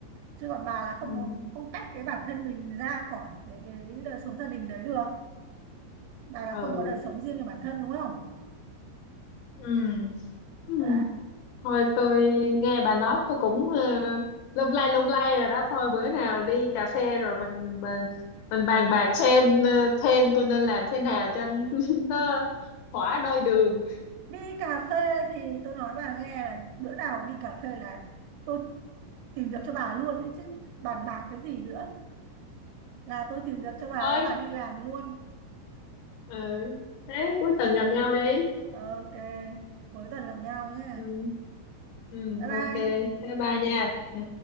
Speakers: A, on the right; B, on the left.
A: chứ còn bà là không
B: ừ
A: có- không tách cái bản thân mình ra khỏi cái cái đời sống gia đình đấy được bà là
B: ừ
A: không có đời sống riêng cho bản thân đúng không
B: Ừ. Ừ.
A: đấy
B: Thôi tôi nghe bà nói tôi cũng uh, lung lay lung lay rồi đó thôi bữa nào đi cà phê rồi mình mình mình bàn bạc xem ờ, thêm tôi nên làm thế nào cho <laughs> nó thỏa đôi đường
A: đi cà phê thì tôi nói bà nghe là bữa nào đi cà phê là tôi tìm việc cho bà luôn đấy chứ bàn bạc cái gì nữa là tôi tìm việc cho bà
B: thôi
A: bà đi làm luôn
B: ừ. thế cuối tuần gặp nhau đi
A: Ờ, ok cuối tuần gặp nhau nhé
B: ừ. Ừ.
A: bye
B: ok
A: bye
B: bye bye nha ừ.